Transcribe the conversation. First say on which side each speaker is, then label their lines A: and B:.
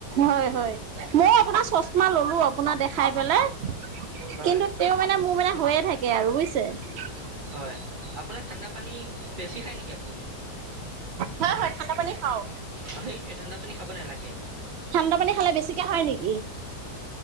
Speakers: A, on the right; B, on the right.
A: হয় হয়, ময় আপোনাৰ চচমা ললো আপোনাৰ দেখাই পেলাই,
B: হয়
A: কিন্তু তেওঁ মানে মোৰ মানে হৈয়ে থাকে আৰু বুজিছে?
B: হয় আপোনাক ঠাণ্ডা পানী বেছি খাই নেকি আপ
A: হা হয় ঠাণ্ডা পানী খাও।
B: অ সেইটোৱে ঠাণ্ডা পানী খাব নালাগে।
A: ঠাণ্ডা পানী খালে বেছিকে হয় নেকি?